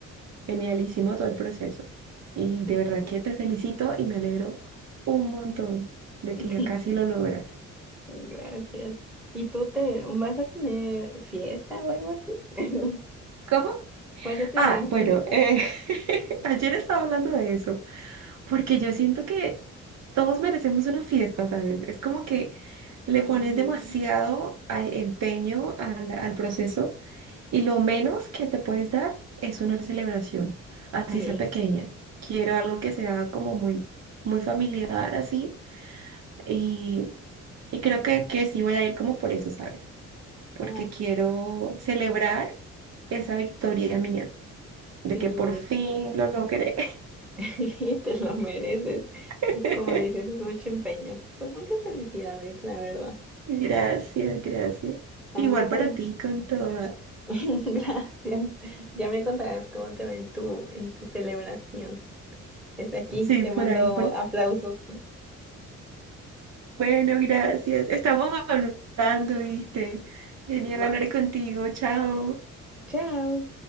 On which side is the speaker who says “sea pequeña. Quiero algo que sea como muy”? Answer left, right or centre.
Right